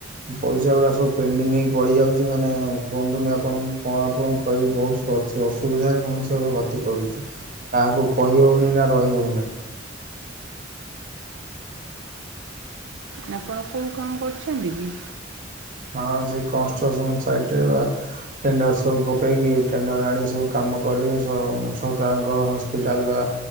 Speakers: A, on the right; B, on the right.
A: ପଇସା ଗୁଡ଼ା ସବୁ ପେଣ୍ଡିଙ୍ଗ ହେଇକି ପଡ଼ିଯାଉଚି ମାନେ କୁହନ୍ତୁନି ଆପଣ ମୁଁ କଣ ଆପଣଙ୍କୁ କହିବି ବହୁତ୍ ଅଛି। ଅସୁବିଧାରେ ମଣିଷ ବି ଗତି କରୁଚି। କାହାକୁ କହିହେଉନି ନା ରହିହଉନାହିଁ।
B: ନା ଆପଣ କୋଉ କାମ କରୁଛନ୍ତି କି?
A: ହଁ ସେ କନଷ୍ଟ୍ରସନ୍ ସାଇଟ୍ ରେ ପା ଟେଣ୍ଡର ସବୁ ପକେଇକି ଟେଣ୍ଡର ଆଣି ସବୁ କାମ କରିକି ସରକାରଙ୍କ ହସ୍ପିଟାଲ ବା